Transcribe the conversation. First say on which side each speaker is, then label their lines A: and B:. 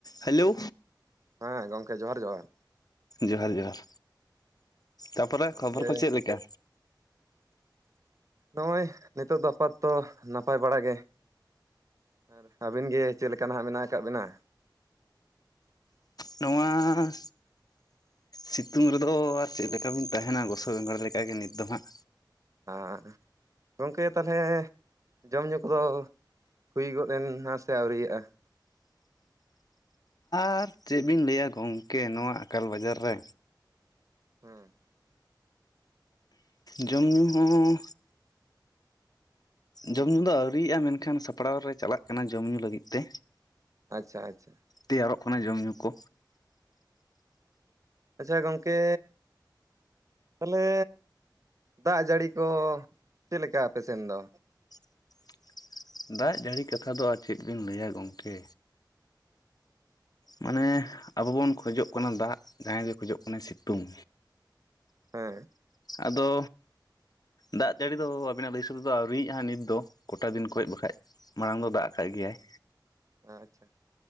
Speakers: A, on the left; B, on the right.
A: Hello
B: ᱦᱮᱸ ᱜᱚᱢᱠᱮ ᱡᱚᱦᱟᱨ ᱡᱚᱦᱟᱨ
A: ᱡᱚᱦᱟᱨ ᱡᱚᱦᱟᱨ ᱛᱟᱨᱯᱚᱨᱮ
B: ᱜᱚᱝᱠᱮ
A: ᱠᱷᱚᱵᱚᱨ ᱠᱚ ᱪᱮᱫᱞᱮᱠᱟ
B: ᱱᱚᱜᱼᱚᱭ ᱱᱤᱛᱚᱜ ᱫᱚ ᱟᱯᱟᱛᱚᱛᱚ ᱱᱟᱯᱟᱭ ᱵᱟᱲᱟ ᱜᱮ ᱟᱨ ᱟᱹᱵᱤᱱ ᱜᱮ ᱪᱮᱫ ᱞᱮᱠᱟ ᱦᱟᱸᱜ ᱢᱮᱱᱟᱜ ᱟᱠᱟᱫ ᱵᱤᱱᱟ
A: ᱱᱚᱣᱟ ᱥᱤᱛᱩᱝ ᱨᱮᱫᱚ ᱟᱨ ᱪᱮᱫ ᱞᱮᱠᱟ ᱵᱤᱱ ᱛᱟᱦᱮᱱᱟ ᱜᱚᱥᱚ ᱵᱮᱸᱜᱟᱲ ᱞᱮᱠᱟᱜᱮ ᱱᱤᱛ ᱫᱚ ᱦᱟᱸᱜ
B: ᱟᱨ ᱜᱚᱢᱠᱮ ᱛᱟᱦᱚᱞᱮ ᱡᱚᱢ ᱧᱩ ᱠᱚᱫᱳ ᱦᱩᱭ ᱜᱚᱫ ᱮᱱᱟ ᱥᱮ ᱟᱹᱣᱨᱤᱭᱟᱜᱼᱟ
A: ᱟᱨ ᱪᱮᱫ ᱵᱤᱱ ᱞᱟᱹᱭᱟ ᱜᱚᱝᱠᱮ ᱱᱚᱣᱟ ᱟᱠᱟᱞ ᱵᱟᱡᱟᱨ ᱨᱮ
B: ᱦᱮᱸ
A: ᱡᱚᱢ ᱧᱩ ᱦᱚᱸ ᱡᱚᱢ ᱧᱩ ᱫᱚ ᱟᱹᱣᱨᱤᱭᱟᱜᱼᱟ ᱢᱮᱱᱠᱷᱟᱱ ᱥᱟᱯᱲᱟᱣ ᱨᱮ ᱪᱟᱞᱟᱜ ᱠᱟᱱᱟ ᱡᱚᱢ ᱧᱩ ᱞᱟᱹᱜᱤᱫ ᱛᱮ
B: ᱟᱪᱪᱷᱟ ᱟᱪᱪᱷᱟ
A: ᱛᱮᱭᱟᱨᱚᱜ ᱠᱟᱱᱟ ᱡᱚᱢ ᱧᱩ ᱠᱳ
B: ᱟᱪᱪᱷᱟ ᱜᱚᱝᱠᱮ ᱛᱟᱦᱚᱞᱮ ᱫᱟᱜ ᱡᱟᱹᱲᱤ ᱠᱳ ᱪᱮᱫ ᱞᱮᱠᱟ ᱟᱯᱮ ᱥᱮᱱ ᱫᱳ
A: <inaudible> ᱫᱟᱜ ᱡᱟᱹᱲᱤ ᱠᱟᱛᱷᱟ ᱫᱚ ᱟᱨ ᱪᱮᱫ ᱵᱤᱱ ᱞᱟᱹᱭᱟ ᱜᱚᱝᱠᱮ ᱢᱟᱱᱮ ᱟᱵᱩ ᱵᱩᱱ ᱠᱷᱚᱡᱚᱜ ᱠᱟᱱᱟ ᱫᱟᱜ ᱡᱟᱦᱟᱸᱭ ᱜᱤ ᱠᱷᱚᱡᱚᱜ ᱠᱟᱱᱟᱭ ᱥᱤᱛᱩᱝ
B: ᱦᱮᱸ
A: ᱟᱫᱚ ᱫᱟᱜ ᱡᱟᱹᱲᱤ ᱫᱚ ᱟᱵᱤᱱᱟᱜ ᱞᱟᱹᱭ ᱤᱥᱟᱹ ᱛᱮ ᱫᱚ ᱟᱹᱣᱨᱤᱭᱟᱜ-ᱟ ᱦᱟᱸᱜ ᱱᱤᱛ ᱫᱚ ᱠᱚᱴᱟ ᱫᱤᱱ ᱠᱷᱚᱡ ᱵᱟᱠᱷᱟᱡ᱾ ᱢᱟᱲᱟᱝ ᱫᱚ ᱫᱟᱜ ᱠᱟᱜ ᱜᱮᱭᱟᱭ᱾
B: ᱟᱪᱪᱷᱟ